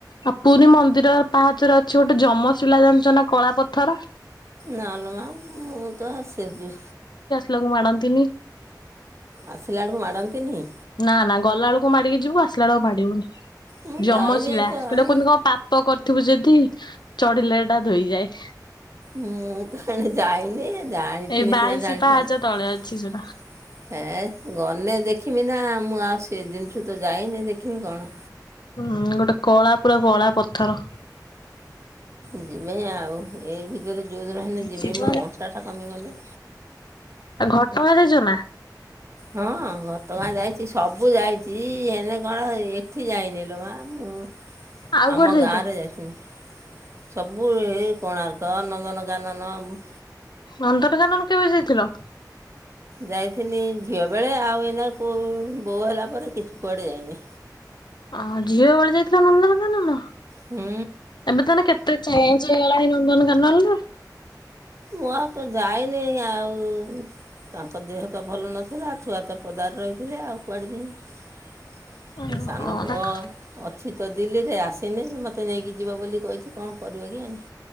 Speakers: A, on the left; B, on the right.
A: ଆ ପୁରୀ ମନ୍ଦିର ପାହାଚରେ ଅଛି, ଗୋଟେ ଯମଶିଳା ଯାଞ୍ଚନା କଳା ପଥର!
B: ନଲୋ, ମା ମୁଁ ତ ଆସିଚି।
A: ଲାକୁ ମାଡନ୍ତିନି।
B: ଆସିଲା ବେଳକୁ ମାଡ଼ନ୍ତିନି?
A: ନା ନା ଗଲା ଅଳକୁ ମାଡିକି ଯିବୁ। ଆସିଲା ଆଳୁ ଆଉ ମାଡିବୁନି।
B: ମୁଁ
A: ଜମଶିଳା,
B: ଯାଇନି ତ
A: ହେଟା
B: ଆଉ
A: କୁହନ୍ତି, କଣ ପାପ କର ଥିବୁ ଯଦି, ଚଢିଲେ ଏଟା ଧୋଇଯାଏ।
B: ମୁଁ ତ ହେଣେ ଯାଇନି, ଜାଣିଥିନେ
A: ଏଇ ବାଇଶି
B: ସିନା ଜାଣିଥାନ୍ତି।
A: ପାହାଚ ତଳେ ଅଛି ସେଟା
B: ହେଁ ଗନେ ଦେଖ୍ ଖିବି ନା ମୁଁ ଆଉ ସେ ଦିନଠୁ ତ ଯାଇନି ଦେଖିବି କଣ?
A: ହୁଁ, ଗୋଟେ କଳା ପୁରା କଳା ପଥର।
B: ଯିମି ଆଉ। ଏଇ ଭିତରେ ଯୋଉଦିନେ ହେନେ ଯିମି,
A: ଯିବ
B: ମୋ ଅଣ୍ଟାଟା କମିଗନେ।
A: ଆ ଘଟଗାଁ ଯାଇଛ ନା?
B: ହଁ ଘଟଗାଁ ଯାଇଛି ସବୁ ଯାଇଛି ହେନେ କଣ ଏଠି ଯାଇନି ଲୋ ମା। ମୁଁ
A: ଆଉ
B: ଆମ
A: କୁଆଡେ ଯାଇଛ
B: ଗାଁରେ ଯାଇଥିନି। ସବୁ ଏ କୋଣାର୍କ ନନ୍ଦନ କାନନ ଉଁ।
A: ନନ୍ଦନକାନନ କେବେ ଯାଇଥିଲ?
B: ଯାଇଥିନି ଝିଅ ବେଳେ ଆଉ ଏଇନା କୋଉ ବୋଉ ହେଲା ପରେ କିଛି କୁଆଡେ ଯାଇନି।
A: ଅ ହଁ ଝିଅ ବେଳେ ଯାଇଥିଲ ନନ୍ଦନକାନନ?
B: ହୁଁ।
A: ଏବେ ତାହେଲେ କେତେ ଚେଞ୍ଚ ହେଇଗଲାଣି ନନ୍ଦନକାନଲରେ।
B: ମୁଁ ଆଉ ତ ଯାଇନେଇ ଆଉ। ତାଙ୍କ ଦେହ ତ ଭଲ ନଥିଲା ଛୁଆ ତ ପଦାରେ ରହିଥିଲେ ଆଉ କୁଆଡେ ଯିମି।
A: ଓହୋ
B: ଏ ସାନ ପୁଅ
A: ତାକୁ
B: ଅଛି ତ ଦିଲ୍ଲୀରେ ଆସି ସିନେ ମୋତେ ନେଇକି ଯିବ ବୋଲି କହିଛି କଣ କରିବ କେଜାଣି।